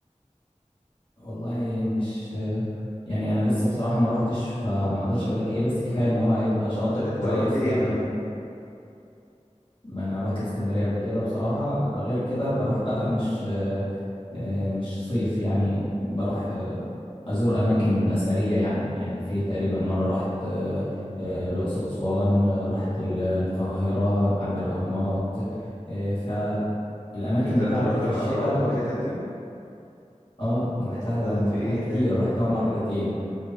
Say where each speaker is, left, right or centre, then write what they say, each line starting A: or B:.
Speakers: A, on the left; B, on the left.
A: والله مش يعني انا لسه بصراحه ما رحتش فما اقدرش اقول لك ايه بس كفايه
B: أم،
A: ان هو هيبقى
B: ما
A: شاطئ
B: انت انت
A: كويس
B: رحت ايه
A: يعني
B: طيب
A: ما انا رحت الاسكندريه قبل كده بصراحه غير كده بروح بقى مش آه، آه، مش صيف يعني بروح آه، ازور اماكن اثريه يعني يعني في تقريبا مره رحت آه، آه، الاقصر واسوان آه، رحت ال- القاهره عند الاهرامات آه، فالاماكن
B: ايه ده
A: بتاعتي
B: انت رحت
A: في
B: الاهرامات
A: الشتاء بتبقى
B: والحتت دي
A: اه رحتها
B: عملت
A: ده رحتها
B: ايه
A: كتير
B: هناك دي
A: رحتها مرتين